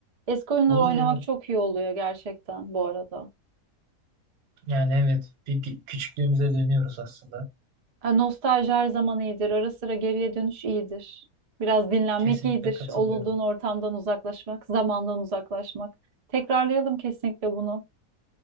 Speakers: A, on the right; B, on the right.
A: Eski oyunları
B: Olur
A: oynamak
B: ya.
A: çok iyi oluyor gerçekten bu arada.
B: Yani evet bir kü- küçüklüğümüze dönüyoruz aslında.
A: Ha, nostalji her zaman iyidir. Ara sıra geriye dönüş iyidir. Biraz dinlenmek
B: Kesinlikle
A: iyidir.
B: katılıyorum.
A: Olduğun ortamdan uzaklaşmak, zamandan uzaklaşmak. Tekrarlayalım kesinlikle bunu.